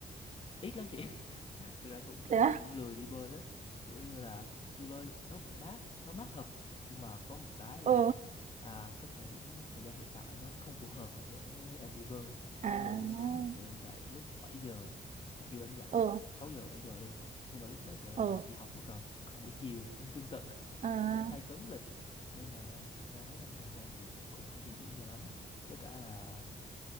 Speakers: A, on the left; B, on the right.
A: ít lắm chị thực ra cũng
B: thế á
A: cũng lười đi bơi lắm kiểu như là đi bơi nó cũng mát nó mát thật nhưng mà có một cái
B: ờ
A: là à, cái thời điểm thời gian hiện tại nó không phù hợp để em đi bơi
B: à
A: kiểu như là buổi sáng mặc dù em dậy lúc bảy giờ mặc dù em dậy
B: ờ
A: lúc 6 giờ 7 giờ đi nhưng mà lúc đó thì em
B: ờ
A: lại đi học mất rồi còn buổi chiều cũng tương tự <laughs>
B: à,
A: cũng hay cấn lịch nên là thực ra mấy năm gần đây thì cũng không hay đi biển nhiều lắm với cả là